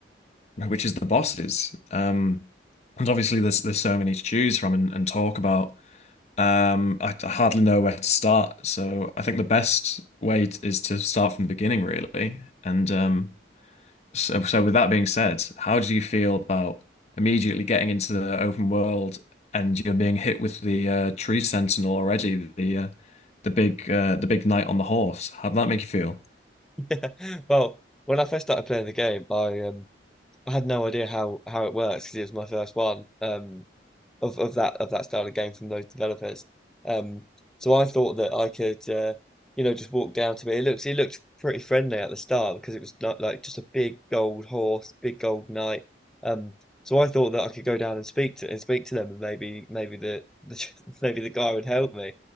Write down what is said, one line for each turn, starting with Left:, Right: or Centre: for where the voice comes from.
Left: which is the bosses. Um, and obviously, there's there's so many to choose from and, and talk about. Um, I, I hardly know where to start. So I think the best way t- is to start from the beginning, really. And um, So, so with that being said, how do you feel about immediately getting into the open world and you're being hit with the uh, tree sentinel already, the uh, the big uh, the big knight on the horse? How'd that make you feel?
Centre: Yeah. Well, when I first started playing the game, I um I had no idea how how it works 'cause it was my first one. Um, of, of that of that style of game from those developers. Um, so I thought that I could, uh, you know, just walk down to it. It looked it looked pretty friendly at the start because it was not like just a big gold horse, big gold knight. Um, so I thought that I could go down and speak to and speak to them, and maybe maybe the, the <laughs> maybe the guy would help me.